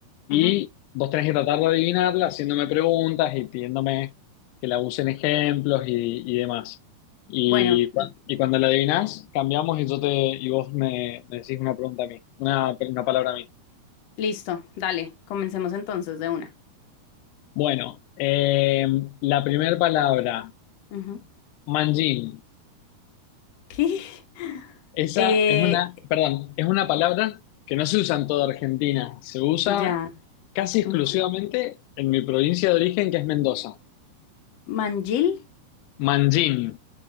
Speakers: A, on the left; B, on the left.
A: Y
B: ujú.
A: vos tenés que tratar de adivinarla haciéndome preguntas y pidiéndome que la usen ejemplos y, y demás. Y,
B: Bueno,
A: cua-
B: l-
A: y cuando la adivinás, cambiamos y yo te, y vos me, me decís una pregunta a mí, una, una palabra a mí.
B: listo, dale. Comencemos entonces de una.
A: Bueno, eh, la primera palabra,
B: Ujú.
A: manjín.
B: ¿Qué? <laughs>
A: Esa
B: Eh,
A: es una, perdón, es una palabra que no se usa en toda Argentina, se usa
B: ya.
A: casi exclusivamente
B: ujú.
A: en mi provincia de origen, que es Mendoza.
B: ¿Mangil?
A: Manjín.